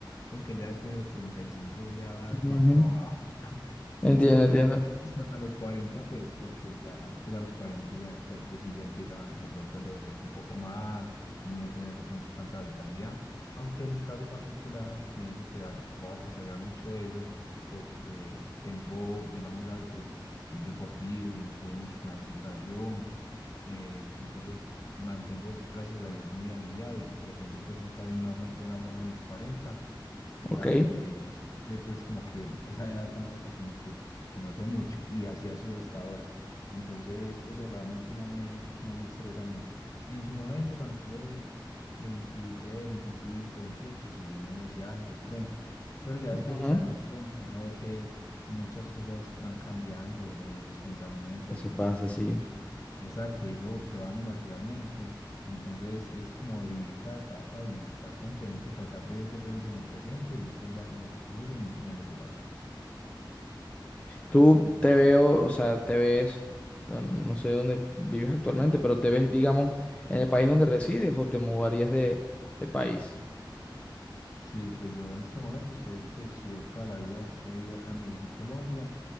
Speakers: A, on the left; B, on the left.
A: porque ya después de los 35 ya vas,
B: Ujú,
A: vas para abajo. <laughs>
B: Entiendo,
A: Uno se di-
B: entiendo.
A: digamos que hasta los 40 pues, porque ya, pues a los 40 ya el cuerpo sí ya empieza de pronto a envejecerse un poco más, no tener de pronto tanta vitalidad. Aunque en mi caso particular, pienso que ah, voy a postergar mucho eso, porque tengo, digamos, hábitos muy deportivos, me cuido mucho con la alimentación, eh, entonces mantengo, gracias a Dios, muy aliviado y pretendo pues estar en una buen- buena forma a mis 40
B: Ok.
A: para que siempre pues como que esa edad tampoco como que se note mucho y así ha sido hasta ahora. Entonces eso realmente no me, no me estresa mucho. En su momento cuando tuve 23, 25, 28, sí, uno decía, ay, los 30, pero ya
B: ujú.
A: después de estar en los 30 uno ve que muchas cosas van cambiando, eh, los pensamientos,
B: Eso
A: los gustos,
B: pasa, sí.
A: exacto, y eso se va dando naturalmente. Entonces es como vivir cada etapa y estar contento, tratar de ser feliz en el presente y no pensar en el futuro ni, ni en lo que pasó.
B: Tú te veo, o sea, te ves, no, no sé dónde vives actualmente, pero te ves, digamos, en el país donde resides o te mudarías de, de país.
A: Sí, pues yo en este momento soy, pues yo toda la vida he vivido acá en Medellín, Colombia,